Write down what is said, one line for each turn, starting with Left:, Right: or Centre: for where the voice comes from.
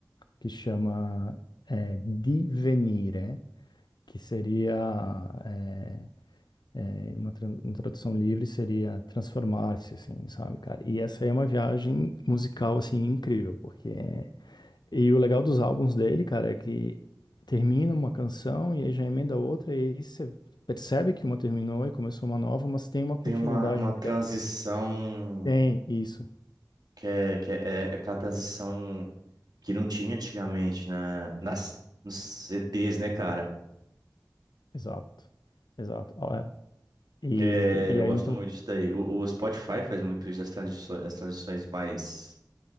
Left: que chama é, Divenire, que seria é, é, uma tran- uma tradução livre seria transformar-se, assim, sabe, cara? E essa aí é uma viagem musical assim incrível, porque é, e o legal dos álbuns dele, cara, é que termina uma canção e aí já emenda outra e aí você percebe que uma terminou e começou uma nova, mas tem uma continuidade
Right: Tem uma, uma
Left: entre
Right: transição
Left: tem isso,
Right: que é, que é, é aquela transição que não tinha antigamente na, nas, nos CDs, né, cara?
Left: exato, exato, Ó, é. E,
Right: É,
Left: e
Right: eu
Left: aí
Right: gosto
Left: então
Right: muito disso daí. O, o Spotify faz muito isso das transições, das transições mais